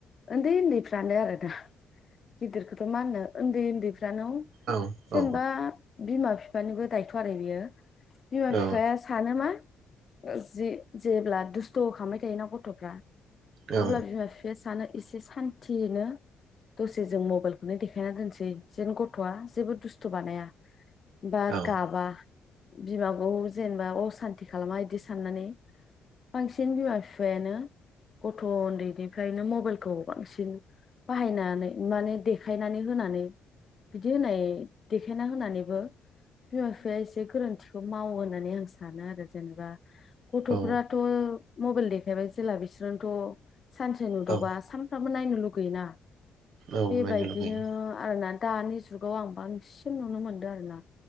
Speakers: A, on the left (about 45°); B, on the right (about 70°).
A: उन्दै उन्दैफ्रानो आरोना गिदिरखौथ' मा होननो उन्दै उन्दै बिनानाव
B: औ
A: जेनेबा
B: औ
A: बिमा बिफानिबो दायथ आरो बियो। बिमा
B: औ
A: बिफाया सानो मा जि जेब्ला दुस्थ खामबाय थायो जायो ना गथ'फ्रा
B: औ
A: अब्ला बिमा बिफाया सानो एसे सान्थि दियैनो दसे जों मबाइलखौनो देखायना होनसै जेन गथ'आ जेबो दुस्थ' बानाया। बा
B: औ
A: गाबा बिमाखौ जेनेबा असान्थि खालामा इदि साननानै बांसिन बिमा फि नो गथ' उन्दैनिफ्रायनो मबाइलखौ बांसिन बाहायनानै माने देखायनानै होनानै बिदि होनाय देखायना होनानैबो बिमा बिफाया एसे गोरोन्थि खौ मावो होन्नानै आं सानो आरो जेनेबा गथ'फ्राथ'
B: औ
A: मबेल देख खायबाय जेला बिस्रानथ'। सानसे नुदावबा
B: औ
A: सानफ्राम बो नायनो लुगैयोना।
B: औ
A: बेबायदिनो
B: नायनो लुगैयो
A: आरोना दानि जुगाव आं बांसिन नुनो मोनदो आरोना।